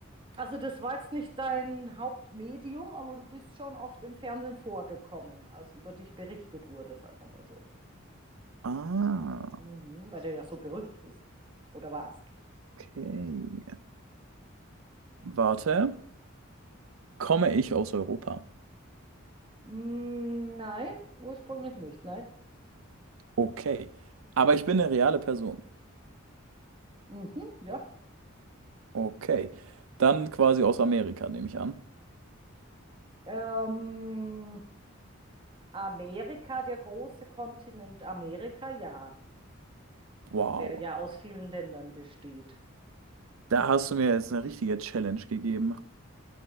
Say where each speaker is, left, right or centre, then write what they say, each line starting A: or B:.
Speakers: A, on the right; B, on the right.
A: also das war jetzt nicht dein Hauptmedium, aber du bist schon oft im Fernsehen vorgekommen, als über dich berichtet wurde, sagen wir mal so.
B: Ah,
A: Mhm, weil du ja so berühmt bist. Oder warst.
B: okay. Warte, komme ich aus Europa?
A: Mm, nein, ursprünglich nicht, nein.
B: Okay. Aber ich bin eine reale Person.
A: Mhm, ja.
B: Okay. Dann quasi aus Amerika, nehme ich an.
A: Ähm, Amerika, der große Kontinent Amerika, ja.
B: Wow.
A: Der ja aus vielen Ländern besteht.
B: Da hast du mir jetzt eine richtige Challenge gegeben.